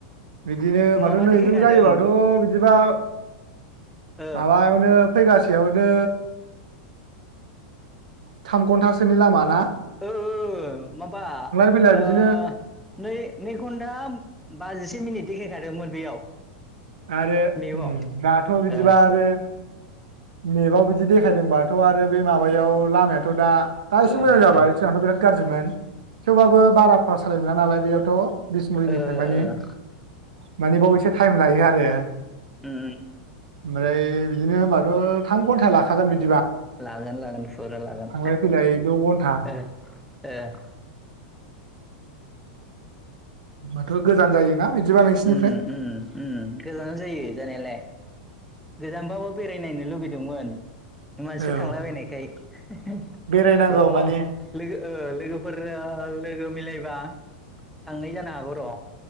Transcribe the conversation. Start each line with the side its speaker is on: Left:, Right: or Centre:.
Right: बिदिनो
Centre: माबा
Right: माथो नैजों
Centre: देखायखादों
Right: जायोबाथ' बिदिबा
Centre: ओ
Right: माबायावनो फैगासेयावनो थाम घन्टासोनि लामाना
Centre: <unintelligible> ओ माबा
Right: फैलाय
Centre: ओ
Right: बिदिनो
Centre: नै नै घन्टा बाजिसे मिनिट देखायखादोंमोन बेयाव
Right: आरो
Centre: मेपाव
Right: ओम दाथ' बिदिबा
Centre: ओ
Right: आरो मेपाव बिदि बिदि देखायदोंबाथ' आरो बे माबायाव लामाया थ'दा दा एसे
Centre: लामाया
Right: मोजां जाबाय
Centre: ओ
Right: सिगांथ' बिराद गारजिमोन थेवबाबो बारा खरस <unintelligible> बेयाव थ'बिसमुरिनिफ्राय
Centre: ओ
Right: माने
Centre: ओ
Right: माने बाव एसे <unintelligible> <unintelligible> <unintelligible>
Centre: ओम ओम
Right: ओमफ्राय बिदिनो होनबाथ' थाम घन्टा लाखागोन बिदि
Centre: लागोन लागोन फुरा लागोन
Right: थांलाय फैलाय द' घन्टा
Centre: <unintelligible> ओ ओ <unintelligible>
Right: होनमबाथ' गोजान जायोना बिदिबा नोंसिनिफ्राय
Centre: ओम ओम ओम गोजानानो जायो जानायालाय गोजानबाबो बेरायनायनो लुगैदोंमोन । मानसिफोर
Right: औ
Centre: थांलाबायनायखाय <unintelligible>
Right: बेरायनांगौ
Centre: र' लोगो
Right: माने
Centre: ओ लोगोफोरजो लोगो मिलायबा थांनाय जानो हागौ र'